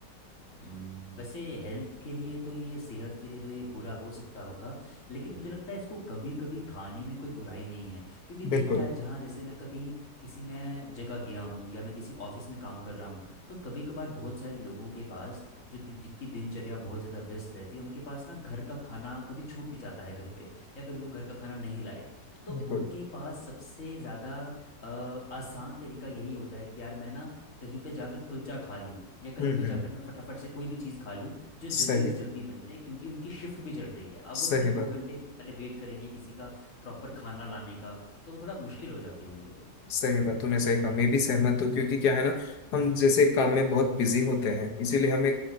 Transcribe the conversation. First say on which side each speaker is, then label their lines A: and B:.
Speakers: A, on the left (about 45°); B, on the left (about 65°).
A: हम्म, वैसे हेल्थ के लिए तो ये सेहत के लिए तो ये बुरा हो सकता होगा लेकिन मुझे हम्म, लगता है इसको कभी कभी खाने में कोई बुराई नहीं है क्योंकि देखना
B: बिल्कुल
A: यार जहाँ जैसे मैं कभी किसी मैं जगह गया हूँ या मैं किसी ऑफिस में काम कर रहा हूँ तो कभी कभार बहुत सारे लोगों के पास जो दि- जिनकी दिनचर्या बहुत ज़्यादा व्यस्त रहती है उनके पास ना घर का खाना कभी छूट भी जाता है घर पे या कभी वो घर का खाना नहीं लाए तो
B: बिल्कुल
A: उनके पास सबसे ज़्यादा अ, आसान तरीका यही होता है कि यार मैं ना कहीं पे जाकर कुलचा खा लूं या कहीं
B: हम्म
A: पे
B: हम्म
A: जाकर मैं फटाफट से कोई भी चीज़ खा लूं जो
B: सही
A: जल्दी से जल्दी बन जाए क्योंकि उनकी शिफ्ट भी चल रही है अब वो
B: सही
A: थोड़ी
B: बात
A: दो घंटे पहले वेट करेंगे किसी का प्रॉपर खाना लाने का तो वो थोड़ा मुश्किल हो जाती है उनके लिए
B: सही बात तूने सही कहा मैं भी सहमत हूँ क्योंकि क्या है ना हम जैसे काम में बहुत बिजी होते हैं इसीलिए हमें